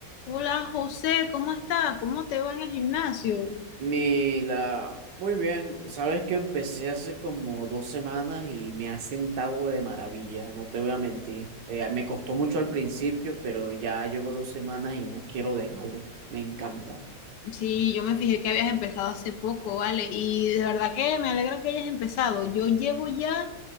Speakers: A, on the left (about 75°); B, on the right (about 70°).
A: Hola José, ¿cómo estás? ¿Cómo te va en el gimnasio?
B: Mila, muy bien, sabes que empecé hace como dos semanas y me ha sentado de maravilla, no te voy a mentir. Eh, me costó mucho al principio, pero ya llevo dos semanas y no quiero dejarlo, me encanta.
A: Sí, yo me fijé que habías empezado hace poco, ¿vale? Y de verdad que me alegra que hayas empezado. Yo llevo ya